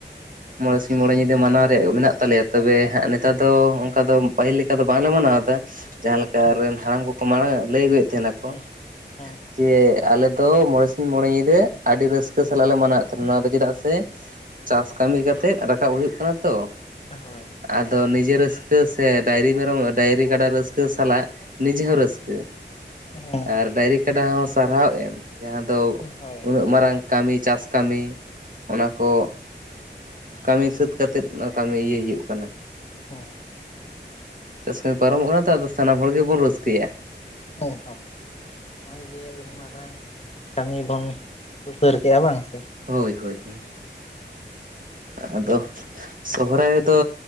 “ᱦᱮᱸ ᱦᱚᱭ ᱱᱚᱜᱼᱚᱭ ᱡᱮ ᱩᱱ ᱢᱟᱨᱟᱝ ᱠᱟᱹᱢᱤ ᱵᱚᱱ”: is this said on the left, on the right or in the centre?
Left